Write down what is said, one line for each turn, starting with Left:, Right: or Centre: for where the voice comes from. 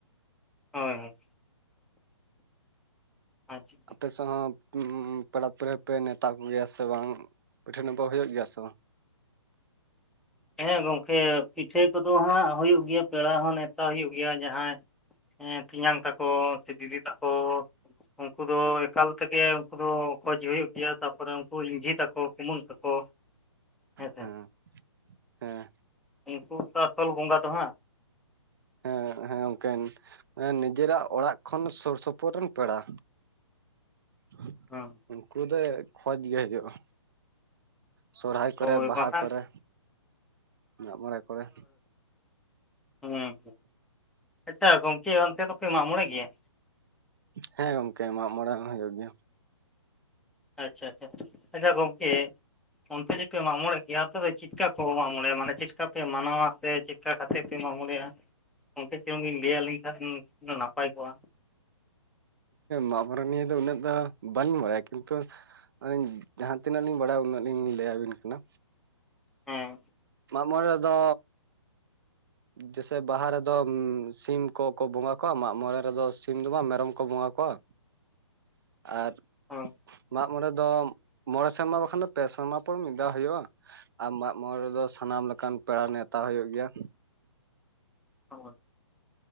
Centre: ᱦᱳᱭ ᱦᱳᱭ ᱟᱪᱪᱷᱟ
Right: ᱟᱯᱮ ᱥᱮᱫ ᱦᱚᱸ ᱯᱮᱲᱟ ᱯᱟᱹᱲᱦᱟᱹ ᱯᱮ ᱱᱮᱛᱟ ᱠᱚ ᱜᱮᱭᱟ ᱥᱮ ᱵᱟᱝ ᱯᱤᱴᱷᱟᱹ ᱱᱟᱯᱷᱟ ᱦᱩᱭᱩᱜ ᱜᱮᱭᱟ ᱥᱮ ᱵᱟᱝ
Centre: ᱦᱮᱸ ᱜᱚᱢᱠᱮ ᱯᱤᱴᱷᱟᱹ ᱠᱚᱫᱚ ᱦᱟᱸᱜ ᱦᱩᱭᱩᱜ ᱜᱮᱭᱟ ᱯᱮᱲᱟ ᱦᱚᱸ ᱱᱮᱣᱛᱟ ᱦᱩᱭᱩᱜ ᱜᱮᱭᱟ ᱡᱟᱦᱟᱸᱭ ᱦᱮᱸ ᱛᱮᱧᱟᱝ ᱛᱟᱠᱚ ᱥᱮ ᱫᱤᱫᱤ ᱛᱟᱠᱚ ᱩᱱᱠᱩ ᱫᱚ ᱮᱠᱟᱞ ᱛᱮᱜᱮ ᱩᱱᱠᱩ ᱫᱚ ᱠᱷᱡᱽ ᱦᱩᱭᱩᱜ ᱜᱮᱭᱟ ᱛᱟᱯᱚᱨᱮ ᱩᱱᱠᱩ ᱤᱧ ᱡᱷᱤ ᱛᱟᱠᱚ ᱠᱩᱢᱟᱹᱝ ᱛᱟᱠᱚ ᱦᱮᱸᱥᱮ
Right: ᱦᱮᱸ ᱦᱮᱸ
Centre: ᱩᱱᱠᱩ ᱛᱚ ᱟᱥᱚᱞ ᱵᱚᱸᱜᱟ ᱫᱚ ᱦᱟᱸᱜ
Right: ᱦᱮᱸ ᱦᱮᱸ ᱚᱝᱠᱤᱱ ᱱᱤᱡᱮᱨᱟᱜ ᱚᱲᱟᱜ ᱠᱷᱚᱱ ᱥᱩᱨ ᱥᱩᱯᱩᱨ ᱨᱮᱱ ᱯᱮᱲᱟ ᱦ
Centre: ᱦᱮᱸ
Right: ᱩᱱᱠᱩ ᱫᱚ ᱠᱷᱡᱽ ᱜᱮ ᱦᱩᱭᱩᱜᱼᱟ ᱥᱚᱨᱦᱟᱭ ᱠᱚᱨᱮ
Centre: ᱦᱳᱭ
Right: ᱵᱟᱦᱟ
Centre: ᱵᱟᱠᱷᱟᱱ
Right: ᱠᱚᱨᱮ ᱢᱟᱜᱽ ᱢᱚᱬᱮ ᱠᱚᱨᱮ
Centre: ᱦᱮᱸ ᱟᱪᱪᱷᱟ ᱜᱚᱢᱠᱮ ᱚᱱᱛᱮ ᱫᱚᱯᱮ ᱢᱟᱜᱽ ᱢᱚᱬᱮᱜ ᱜᱮᱭᱟ
Right: ᱦᱮᱸ ᱜᱚᱝᱠᱮ ᱢᱟᱜᱽ ᱢᱚᱬᱮ ᱦᱚᱸ ᱦᱩᱭᱩᱜ ᱜᱮᱭᱟ
Centre: ᱟᱪᱪᱷᱟ ᱟᱪᱪᱷᱟ ᱟᱪᱪᱷᱟ ᱜᱚᱢᱠᱮ ᱚᱱᱛᱮ ᱡᱮ ᱯᱮ ᱢᱟᱜᱽ ᱢᱚᱲᱮᱜ ᱜᱮᱭᱟ ᱢᱟᱱᱮ ᱪᱮᱫ ᱠᱟ ᱠᱚ ᱢᱟᱜᱽ ᱢᱚᱬᱮᱜ ᱼᱟ ᱢᱟᱱᱮ ᱪᱮᱫ ᱠᱟ ᱯᱮ ᱢᱟᱱᱟᱣᱟ ᱥᱮ ᱪᱮᱫ ᱞᱮᱠᱟ ᱠᱟᱛᱮᱫ ᱯᱮ ᱢᱟᱜᱽᱢᱚᱬᱮᱜ-ᱟ ᱜᱚᱢᱠᱮ ᱪᱚᱝᱤᱧ ᱞᱟᱹᱭ ᱟᱹᱞᱤᱧ ᱠᱷᱟᱱ ᱩᱱᱟᱹ ᱱᱟᱯᱟᱭ ᱠᱚᱜᱼᱟ
Right: ᱢᱟᱜᱽ ᱢᱚᱨᱮ ᱱᱤᱭᱟᱹ ᱫᱚ ᱩᱱᱟᱹᱜ ᱫᱚ ᱵᱟᱹᱞᱤᱧ ᱵᱟᱲᱟᱭᱟ ᱭᱟ ᱠᱤᱱᱛᱩ ᱟᱧᱤᱧ ᱡᱟᱦᱟᱸ ᱛᱤᱱᱟᱹᱜ ᱞᱤᱧ ᱵᱟᱲᱟᱭᱟ ᱩᱱᱟᱹᱜ ᱞᱤᱧ ᱞᱟᱹᱭ ᱟᱹᱵᱤᱱ ᱠᱟᱱᱟ
Centre: ᱦᱮᱸ
Right: ᱢᱚᱬᱮ ᱫᱚ ᱡᱮᱥᱮ ᱵᱟᱦᱟ ᱨᱮᱫᱚ ᱥᱤᱢ ᱠᱚᱠᱚ ᱵᱚᱸᱜᱟ ᱠᱚᱣᱟ ᱢᱟᱜᱽ ᱢᱚᱬᱮ ᱨᱮᱫᱚ ᱥᱤᱢ ᱫᱚ ᱵᱟᱝ ᱢᱮᱨᱚᱢ ᱠᱚ ᱵᱚᱸᱜᱟ ᱠᱚᱣᱟ ᱟᱨ
Centre: ᱦᱳᱭ
Right: ᱢᱟᱜᱽᱢᱚᱬᱮ ᱫᱚ ᱢᱚᱬᱮ ᱥᱮᱨᱢᱟ ᱵᱟᱠᱷᱟᱱ ᱫᱚ ᱯᱮ ᱥᱮᱨᱢᱟ ᱯᱚᱨ ᱢᱤᱫ ᱫᱷᱟᱣ ᱦᱩᱭᱩᱜᱼᱟ ᱟᱨ ᱢᱟᱜᱽᱢᱚᱬᱮ ᱨᱮᱫᱚ ᱥᱟᱱᱟᱢ ᱞᱮᱠᱟᱱ ᱯᱮᱲᱟ ᱱᱮᱶᱛᱟ ᱦᱩᱭᱩᱜ ᱜᱮᱭᱟ
Centre: ᱦᱳᱭ